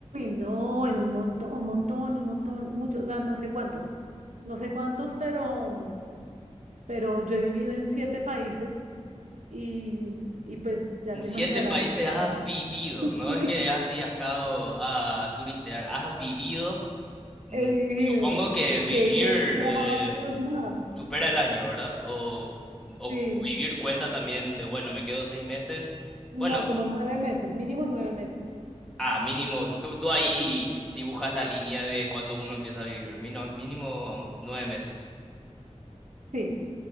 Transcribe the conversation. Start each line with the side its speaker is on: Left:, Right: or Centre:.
Right: no, en un montón, un montón, un montón, muchos, o sea, no sé cuántos, no sé cuántos, pero, pero yo he vivido en siete países y, y pues ya
Centre: En
Right: te
Centre: siete
Right: imaginarás,
Centre: países has vivido,
Right: <laughs>
Centre: no
Right: sí,
Centre: es que has viajado a turistear, has vivido, mm,
Right: he vivido,
Centre: supongo que vivir
Right: entonces he
Centre: em,
Right: viajado a muchos más,
Centre: supera el año, ¿verdad? O, o
Right: sí.
Centre: vivir cuenta también de, bueno, me quedo seis meses.
Right: No,
Centre: bueno.
Right: como nueve meses, mínimo nueve meses.
Centre: Ah, mínimo, tú, tú ahí dibujas la línea de cuando uno empieza a vivir, mino- mínimo nueve meses.
Right: Sí,